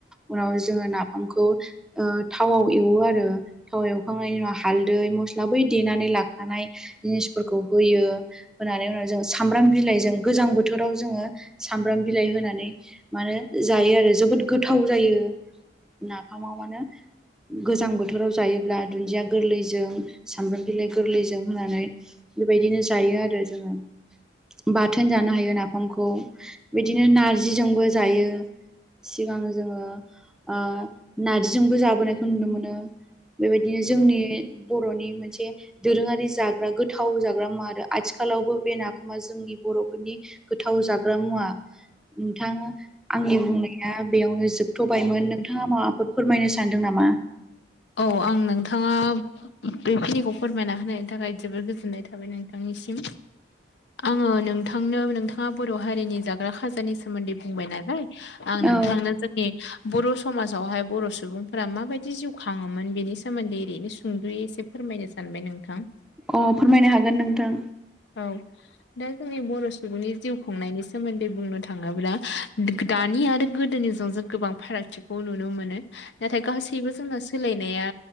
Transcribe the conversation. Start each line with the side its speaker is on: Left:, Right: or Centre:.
Centre: उनाव जोङो ना फामखौ ओ थावाव एवो आरो थावाव एवखांनायनि उनाव हालदै मस्ला बै देनानै लाखानाय जिनिसफोरखौ होयो होनानै उनाव जों साम्ब्राम बिलाइजों गोजां बो थोराव जोङो सामब्राम बिलाइ होनानै मानो जायो आरो जोबोद गोथाव जायो नाफामाव मानो गोजां बोथोराव जायोब्ला दुन्दिया गोरलैजों सामब्राम बिलाइ गोरलैजों होनानै बेबायदिनो जायो आरो जोङो बाथोन जानो हायो नाफामख खौ बिदिनो नारजिजोंबो जायो सिगां जोङो ओ नारजिजोंबो जाबोनायखौ नुनो मोनो। बेबायदिनो जोंनि बर'नि मोनसे दोरोङारि जाग्रा गोथाव जाग्रा मुवा आरो आथिखा खालावबो बे नाफामा जोंनि बर'फोरनि गोथाव जाग्रा मुवा नोंथां आंनि बुंनाया बेयावनो जोबथ'बायमोन नोंथाङा माबाफोर फोरमायनो सानदों नामा?
Left: औ आं नोंथाङा बेखिनिखौ फोरमायना होनायनि थाखाय जोबोर गोजोननाय थाबाय नोंथांनि निसिम। आङो नोंथांनो नोंथाङा बर' हारिनि जाग्रा खाजानि सोमोन्दै बुंबाय नालाय आं नोंथांनो
Centre: औ
Left: जोंनि बर' समाजावहाय बर' सुबुंफोरा माबायदि जिउ खाङोमोन बेनि सोमोन्दै ओरैनो सुंदुयै एसे फोरमायनो सानबाय नोंथां?
Centre: अ फोरमायनो हागोन नोंथां।
Left: औ दा जोंनि बर' सुबुंनि जिउ खुंनायनि सोमोन्दै बुंनो थाङोब्ला दा-दानि निआरो गोदोनिजों जों गोबां फारागथिखौ नुनो मोनो नाथाय गासैबो जोंना सोलायनाया